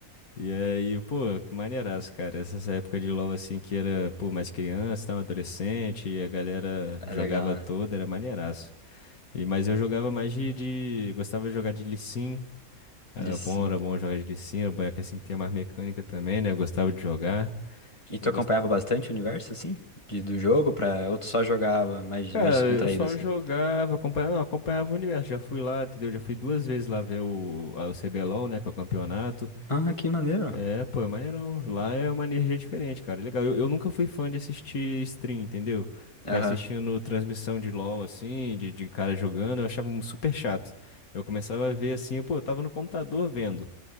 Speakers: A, on the left; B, on the left.
A: E aí, pô, que maneiraço, cara. Essas épocas de LoL, assim, que era, pô, mais criança, tava adolescente, e a galera jogava
B: É legal, né?
A: toda, era maneiraço. E, mas eu jogava mais de, de- Gostava de jogar de Lee Sin. Era
B: Ele sim.
A: bom, era bom jogar de Lee Sin. Era boneco, assim, que tinha mais mecânica também, né? Eu gostava de jogar.
B: E tu
A: Eu gost...
B: acompanhava bastante o universo, assim? De, do jogo pra... Ou tu só jogava mais,
A: Cara,
B: mais descontraído,
A: eu só
B: assim?
A: jogava, acompanhava, não, acompanhava o universo. Já fui lá, entendeu? Já fui duas vezes lá ver o, a- o CBLOL, né? Que é o campeonato.
B: Ah, que maneiro.
A: É, pô, é maneirão. Lá é uma energia diferente, cara. Legal. Eu, eu nunca fui fã de assistir stream, entendeu? Ficar
B: Aham.
A: assistindo transmissão de LoL, assim, de, de cara jogando, eu achava um super chato. Eu começava a ver assim, pô, eu tava no computador vendo.